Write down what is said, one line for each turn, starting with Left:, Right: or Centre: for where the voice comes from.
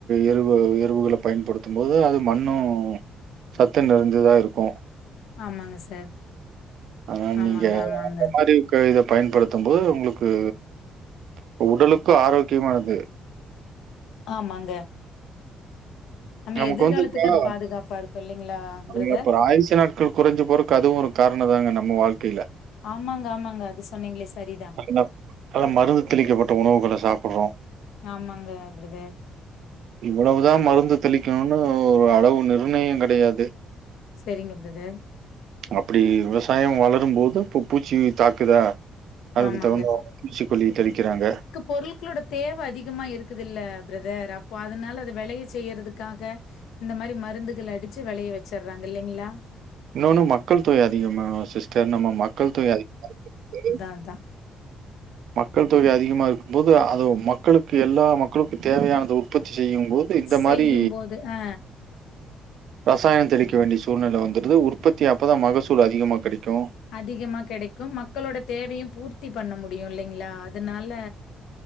Right: எருவு எருவுகள பயன்படுத்தும் போது அது மண்ணு சத்து நெறஞ்சதா இருக்கு
Left: ஆமாங்க சார்
Right: ஆனா நீங்க
Left: ஆமாங்க, ஆமாங்க.
Right: அந்த மாரி க இத பயன்படுத்தும் போது உங்களுக்கு இப்ப உடலுக்கு ஆரோக்கியமானது
Left: ஆமாங்க நம்ம
Right: நமக்கு
Left: எதிர்காலத்துக்கு
Right: வந்து இப்ப
Left: அது பாதுகாப்பா இருக்கும் இல்லைங்களா பிரதர்?
Right: நீங்க அப்பற ஆயி்சு நா கு குறஞ்சி போறக்கு அதுவு ஒரு காரண தாங்க நம்ம வாழ்க்கையில
Left: ஆமாங்க ஆமாங்க அது சொன்னீங்ளே சரிதா
Right: அதுலா அதா மருந்து தெளிக்கப்பட்ட உணவுகள சாப்புறோ
Left: ஆமாங்க பிரதர்
Right: இவ்வளவுதா மருந்து தெளிக்கனுனு ஒரு அளவு நிர்ணய கெடையாது
Left: செரிங்க பிரதர்
Right: அப்டி விவசாயம் வளரும் போது பு பூச்சி தாக்குதா அதுக்கு
Left: ஆமாங்க.
Right: தகுந்த பூச்சிகொல்லி தெளிக்கிறாங்க
Left: பொருள்குளோட தேவ அதிகமா இருக்குதுல்ல பிரதர் அப்போ அதுனால அத வெளைய செய்யறதுக்காக இந்த மாரி மருந்துகள் அடிச்சு வெளைய வச்சுறாங்க இல்லைங்ளா
Right: இன்னொன்னு மக்கள் தொகை அதிகமா சிஸ்டர் நம்ம மக்கள் தொகை அதி <inaudible>
Left: அதா
Right: மக்கள் தொகை அதிகமா இருக்கும்போது அது மக்களுக்கு எல்லா மக்களுக்கு தேவையானது உற்பத்தி செய்யும் போ து இந்த
Left: செய்யும்போது
Right: மாரி
Left: அ
Right: ரசாயோ தெளிக்க வேண்டிய சூழ்நெல வந்துடுது உற்பத்தி அப்பதா மகசூல் அதிகமா கெடைக்கு
Left: அதிகமா கெடைக்கும் மக்களோட தேவையு பூர்த்தி பண்ண முடியு இல்லைங்ளா அதுனால